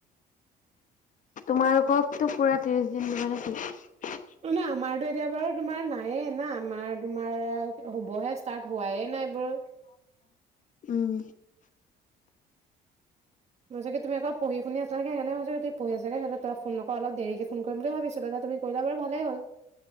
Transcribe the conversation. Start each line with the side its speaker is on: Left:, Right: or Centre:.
Left: তোমালোকক তো পুৰা ত্ৰিশ দিন দিবানে কি
Right: আমাৰতো এতিয়া বাৰু তোমাৰ নায়ে না আমাৰ তোমাৰ হ'বহে ষ্টাৰ্ট হোৱাইে নাই বাৰু
Left: উম
Right: মই ছাগ তুমি আকৌঢি শুনি আছেনেহ হৈছে তুি পিছাগেহলে তই ফোনক অলপ দেৰিকে ফোন কৰিম বুলি ভাবিছো দাুি কৰিলো বাৰ ভালেই হ'ল